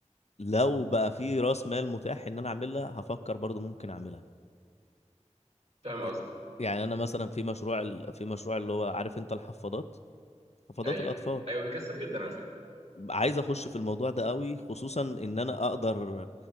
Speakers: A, on the left; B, on the right.
A: لو بقى في راس مال متاح ان انا اعملها هفكر برضو ممكن اعملها
B: فاهم
A: يع-
B: قصدي
A: يعني انا مثلا في مشروع ال- في مشروع اللي هو عارف انت الحفاضات حفاضات
B: ايوه
A: الاطفال
B: ايوه بيكسب جدا على فكره
A: عايز اخش في الموضوع ده قوي خصوصا ان انا اقدر